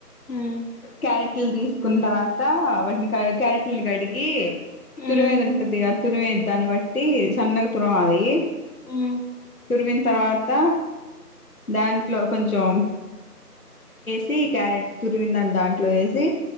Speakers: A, on the left (about 80°); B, on the left (about 60°).
A: ఉమ్
B: క్యారెట్ లీ తీసుకున్న తర్వాత వాటిని క్యారెట్లను కడిగి తురిమేదంటది
A: ఉమ్
B: ఆ తురిమే దాన్ని బట్టి సన్నగా తురమాలి
A: హు
B: తురిమిన తర్వాత దాంట్లో కొంచం థీ క్యారెట్ తురివిందాన్ని దాంట్లో వేసి